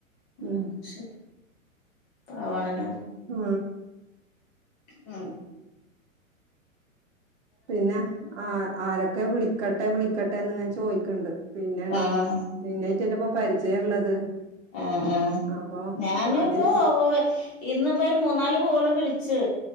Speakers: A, on the left; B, on the right.
A: ആഹ്
B: ഉം
A: ശരി പാവാണല്ലോ
B: ഉം
A: അ
B: പിന്നെ ആ ആരൊക്കെ വിളിക്കട്ടെ വിളിക്കട്ടെന്ന്ങ്ങനെ ചോയ്ക്ണ്ട് പിന്നെണ്
A: ആഹ്
B: നിന്നായിറ്റല്ലെ പ്പോ പരിചയള്ളത്
A: ആ ആ
B: അപ്പൊ
A: ഞാന്പ്പോ
B: അത്
A: ഇന്നിപ്പോ ഒരു മൂന്നാല് കോള് വിള്ച്ച്